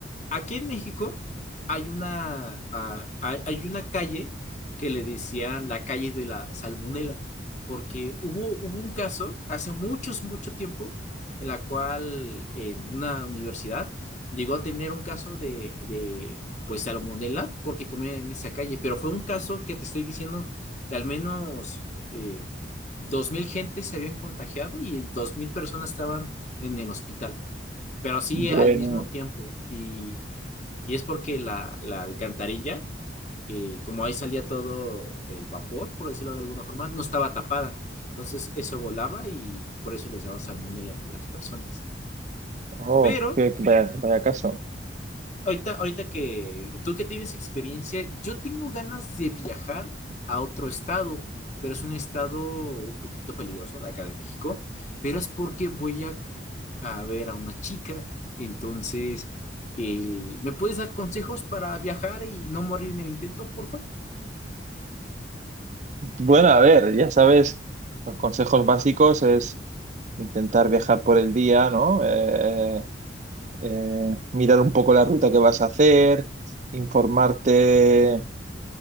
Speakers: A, on the left; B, on the right.
A: Aquí en México hay una, ah, hay hay una calle que le decían la calle de la salmonela, porque hubo, hubo un caso hace muchos, mucho tiempo en la cual en una universidad llegó a tener un caso de, de pues salmonela porque comían en esa calle, pero fue un caso que te estoy diciendo que al menos eh, dos mil gentes se habían contagiado y dos mil personas estaban en el hospital, pero así
B: Bueno,
A: al mismo tiempo y y es porque la, la alcantarilla, eh, como ahí salía todo el vapor, por decirlo de alguna forma, no estaba tapada. Entonces eso volaba y por eso les daba salmonela a las personas.
B: oh,
A: Pero
B: qué, qué- vaya, vaya caso.
A: ahorita, ahorita que tú que tienes experiencia, yo tengo ganas de viajar a otro estado, pero es un estado un poquito peligroso de acá de México, pero es porque voy a, a ver a una chica. Entonces, eh, ¿me puedes dar consejos para viajar y no morir en el intento, por favor?
B: Bueno, a ver, ya sabes, los consejos básicos es intentar viajar por el día, ¿no? Eh, eh, mirar un poco la ruta que vas a hacer, informarte